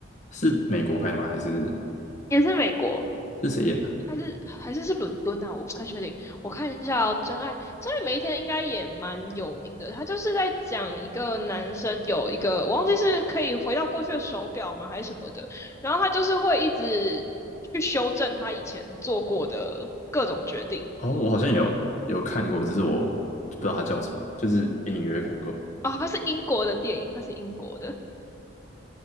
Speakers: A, on the left; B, on the left.
A: 是美国拍的吗？还是
B: 也是美国。
A: 是谁演的？
B: 还是还是是伦敦啊，我不太确定。我看一下哦，《真爱真爱每一天》应该也蛮有名的，他就是在讲一个男生有一个我忘记是可以回到过去的手表吗还是什么的，然后他就是会一直去修正他以前做过的各种决定
A: 哦，我好像有有看过，只是我不知道他叫什么，就是隐约看过。
B: 啊。他是英国的电影，他是英国的，